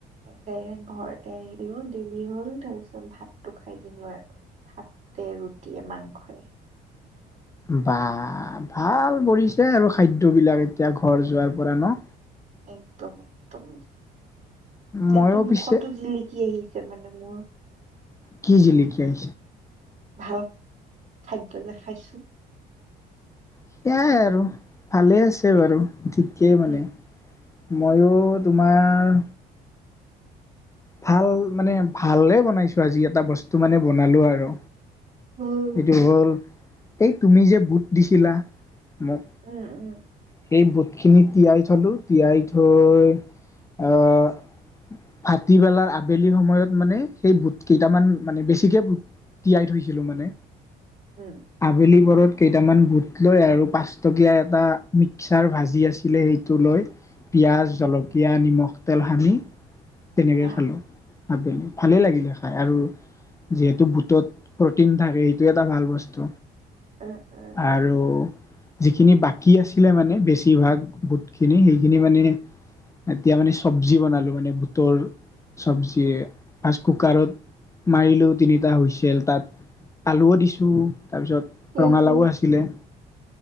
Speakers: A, on the right (about 45°); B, on the left (about 20°).
A: ডাইৰেক্ট ঘৰতে আহিলো দেৰি হ'ল তাৰ পিছত ভাতটো খাই দিলো আৰু। ভাতে ৰুটিয়ে মাংসই।
B: বা ভাল কৰিছে আৰু খাদ্যবিলাক এতিয়া ঘৰ যোৱাৰ পৰা ন।
A: একদম - একদম। ন
B: ময়ো
A: তোৰ মুখতো
B: পিছে
A: জিলিকি আহিছে মানে মোৰ।
B: কি জিলে কি আহ
A: ভাল খাদ্য দেখাইছো।
B: সেইয়াই আৰু ভালে আছে বাৰু ঠিকেই
A: উম।
B: মানে। ময়ো তোমাৰ ভাল মানে ভালে বনাইছো আজি এটা বস্তু মানে বনালো আৰু।
A: উম।
B: সেইটো হ'ল এই তুমি যে বুট দিছিলা। মই
A: উম উম
B: সেই বুটখিনি তিয়াই থলো তিয়াই থৈ। অহ ', ভাটিবেলাৰ আবেলি সময়ত মানে সেই ভূত কেইটামান মানে বেছিকে ভত তিয়াই থৈছিলো মানে
A: উম
B: আবেলি বৰত কেইটামান বুট লৈ আৰু পাচটকীয়া এটা মিক্সাৰ ভাজি আছিলে সেইটো লৈ পিয়াজ জলকীয়া
A: উম
B: নিমখ তেল সানি তেনেকৈ
A: বাহ
B: খালো ভাবেলৈ ভালেই লাগিলে খাই আৰু যিহেতু বুটত প্ৰটিন থাকে সেইটো এটা ভাল বস্তু।
A: উম উম
B: আৰু যিখিনি বাকী আছিলে মানে বেছিভাগ বোটখিনি সেইখিনি মানে এতিয়া মানে চব্জি বনালো মানে বুটৰ চবজিয় ফাষ্ট কুকাৰত
A: উম।
B: মাৰিলেও তিনিটা হুছিল তাত আলুও দিছোঁ তাৰপিছত
A: উম
B: ৰঙালাও
A: উম।
B: আছিলে।